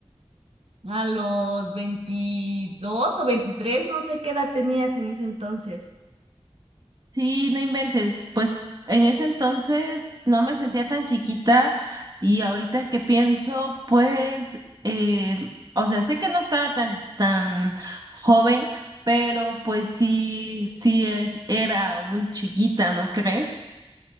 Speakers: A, on the right; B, on the right.
A: A los 22 o 23 no sé qué edad tenías en ese entonces.
B: Sí, no inventes, pues en ese entonces no me sentía tan chiquita y ahorita que pienso, pues, eh, o sea, sé que no estaba tan, tan joven, pero pues sí, sí es, era un chiquita, ¿no crees?